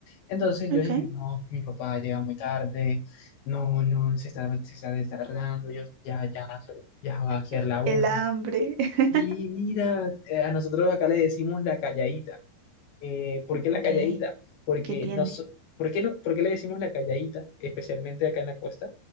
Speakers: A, on the left; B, on the right.
A: Entonces yo
B: ok.
A: dije, no, mi papá llega muy tarde, no, no, se está, se está tardando, yo ya, ya, ya va a ser
B: E-
A: la una.
B: El hambre. <laughs>
A: Y mira, eh, a nosotros acá le decimos la calladita. Eh, ¿por qué la
B: Ok.
A: calladita? Porque
B: ¿Qué tiene?
A: nos, ¿por qué, no- por qué le decimos la calladita, especialmente acá en la costa?